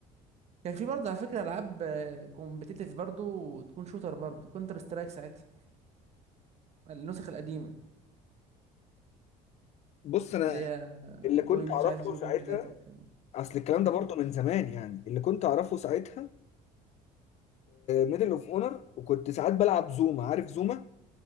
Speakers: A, on the right; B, on the left.
A: كان في برضه على فكره العاب كومبتيتيف برضه وتكون شوتر برضه كونتر سترايك ساعتها النسخ القديمه
B: بص انا
A: اللي هي
B: اللي كنت
A: بوينت
B: اعرفه
A: مش عارف 0.3
B: ساعتها
A: والكلام ده
B: اصل الكلام
A: امم
B: ده برضه من زمان يعني اللي كنت اعرفه ساعتها ميدل اوف اونر وكنت ساعات بلعب زوما عارف زوما